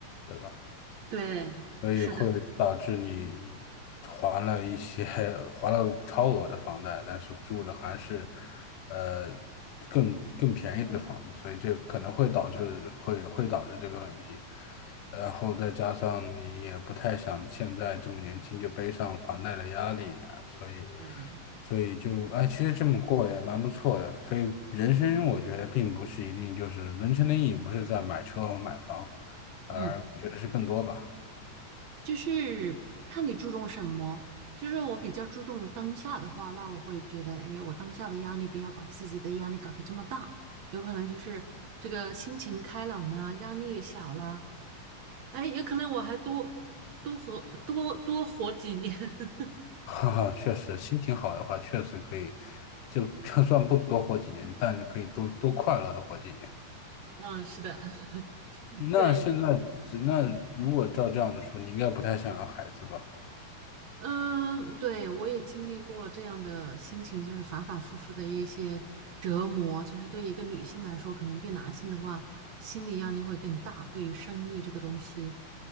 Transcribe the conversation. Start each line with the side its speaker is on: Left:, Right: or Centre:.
Left: 对吧？
Right: 对，
Left: 所以会导致你还了一些还了超额的房贷，
Right: 是的，
Left: 但是住着还是呃更更便宜的房子，所以这可能会导致会会导致这个问题。然后再加上你也不太想现在这么年轻就背上还贷的压力啊，所以
Right: 对。
Left: 所以就哎，其实这么过也蛮不错的。非人生我觉得并不是一定就是人生的意义不是在买车和买房，而我觉得是更多吧。
Right: 嗯。就是看你注重什么。就是我比较注重当下的话，那我会觉得，哎，我当下的压力不要把自己的压力搞得这么大，有可能就是这个心情开朗啦，压力也小了，哎，有可能我还多多活多多活几年。<laughs>
Left: <laughs> 哈哈，确实，心情好的话，确实可以，就 <laughs> 就算不多活几年，但是可以多多快乐的活几年。
Right: 嗯，是的，<laughs>
Left: 那现在，
Right: 对，我
Left: 那如果照这样的说，你应该不太想要孩子吧？
Right: 嗯，对，我也经历过这样的心情，就是反反复复的一些折磨。就是对一个女性来说，可能比男性的话，心理压力会更大。对于生育这个东西，